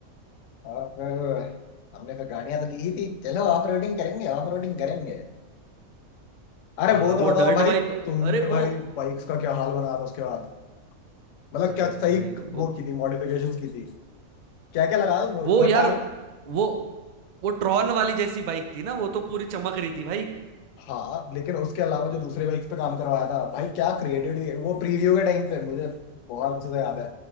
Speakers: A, on the left; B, on the right.
A: अब फिर हमने फिर गाड़ियां तो ली ही थी चलो ऑफ रोडिंग करेंगे ऑफ रोडिंग करेंगे अरे
B: हाँ
A: वो
B: वो
A: तो बताओ
B: डर्ट
A: भाई
B: बाइक अरे
A: तुमने भाई
B: वो
A: बाइक्स का क्या हाल बनाया था उसके बाद मतलब
B: अरे
A: क्या सही
B: भाई वो
A: वो की थी मॉडिफिकेशंस की थी क्या क्या लगा वो
B: वो यार
A: टायर
B: वो वो ट्रॉन वाली जैसी बाइक थी ना वो तो पूरी चमक रही थी भाई
A: हाँ लेकिन उसके अलावा जो दूसरे बाइक्स पे काम करवाया था भाई क्या क्रिएटिविटी वो प्रीव्यू के टाइम पे मुझे बहुत अच्छे से याद है